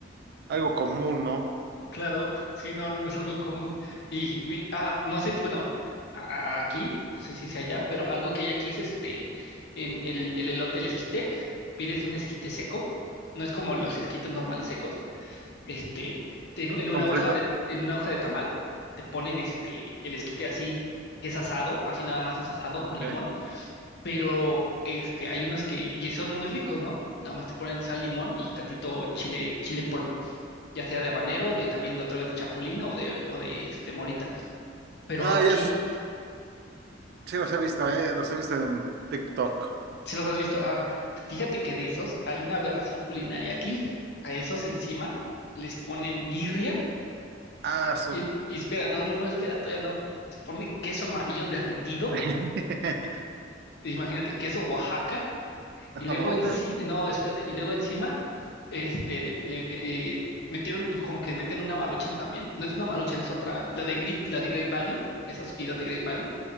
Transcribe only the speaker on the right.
algo común, ¿no?
¿Son
fritos?
Ok.
Ah,
ya es, sí los he visto, eh, los he visto en TikTok.
Ah, su.
<laughs>
No,
bro.